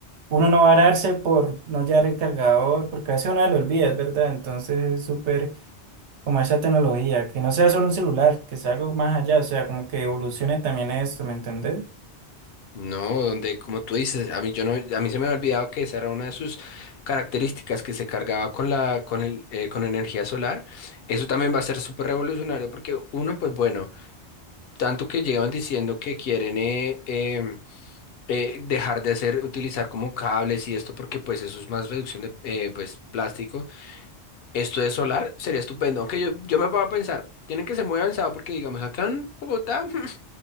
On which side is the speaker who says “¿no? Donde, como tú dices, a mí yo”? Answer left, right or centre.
Left